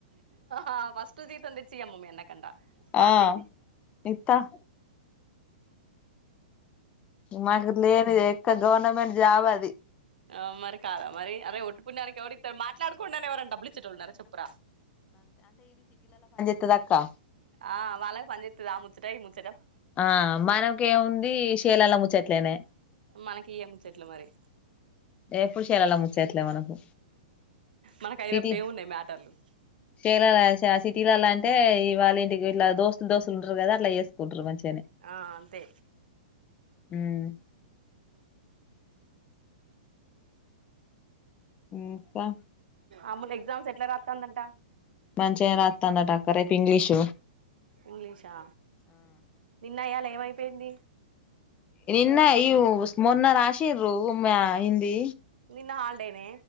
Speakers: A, on the right; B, on the left.
A: ఆ ఫస్ట్ జీతం తెచ్చియామ్మ మీ అన్నక్ కంటా పార్టీ
B: ఆ
A: కి
B: ఇత్త మాకు లేనిద ఎక్క గవర్నమెంట్ జాబ్ అది
A: ఆ మరి కాదా మరి అదే ఒట్టి పుణ్యానికి ఎవరిత్తరు మాట్లాడుకుండానే ఎవరన్ డబ్బులిచ్చేటోల్లు ఉన్నారా చెప్పురా.
B: ఇత్తదక్కా
A: ఆ వాళ్ళకి పనిచేత్తది ఆ ముచ్చట ఈ ముచ్
B: ఆ మనకేముంది శేలలా ముచ్చట్లేనే
A: మనకి ఇయ్యే ముచ్చట్లు మరి
B: ఎప్పుడు చీరలా ముచ్చట్లే మనకు
A: మనకు అయి
B: సిటీ
A: తప్ప ఏమున్నయి మ్యాటర్లు
B: చీరలేసే సిటీలల్లా అంటే ఇవాళ్ళ ఇంటికి ఇట్లా దోస్తులు దోస్తులు ఉంటారు కదా అట్ల చేసుకుంటారు మంచి
A: ఆ అంతే
B: ఉమ్ ఇంకా
A: అమ్ములు ఎగ్జామ్స్ ఎట్లా రాత్తాందంట.
B: మంచిగా రాత్తందట అక్క రేపు ఇంగ్లిష్
A: ఇంగ్లీషా నిన్నియ్యలా ఏమైపోయింది
B: నిన్న
A: మొన్న
B: ఇ మొన్న రాసింర్రు ఉ మ హిందీ
A: నీన్న హాల్డేనే